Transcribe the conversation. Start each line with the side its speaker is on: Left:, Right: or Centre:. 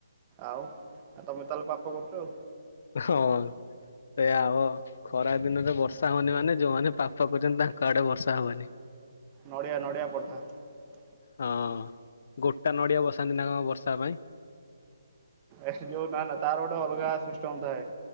Right: ଆଉ ଆ ତମେ ତାଏଲ୍ ପାପ କରୁଛ ଆଉ।
Left: ହଁ ଏୟା ହବ ଖରା ଦିନରେ ବର୍ଷା ହଉନି ମାନେ ଯୋଉମାନେ ପାପ କରୁଛନ୍ତି ତାଙ୍କ ଆଡ଼େ ବର୍ଷା ହବନି।
Right: ନଡ଼ିଆ ନଡ଼ିଆ ପଡ଼୍ ଥାନ୍ତା।
Left: ହଁ ଗୋଟା ନଡ଼ିଆ ବସାନ୍ତିନା କଣ ବର୍ଷା ପାଇଁ?
Right: ଏସ୍ ଯୋଉ ନା ନା ତାର ଗୋଟେ ଅଲ୍ଗା ସିଷ୍ଟମ୍ ଥାଏ।